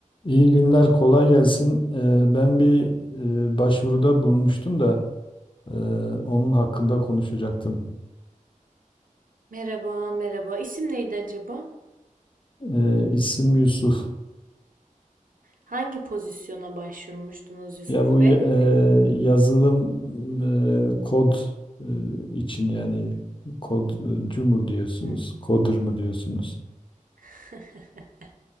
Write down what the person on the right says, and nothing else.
Merhaba, merhaba. İsim neydi acaba?
Hangi pozisyona başvurmuştunuz Yusuf
Bey?
Hı.
<laughs>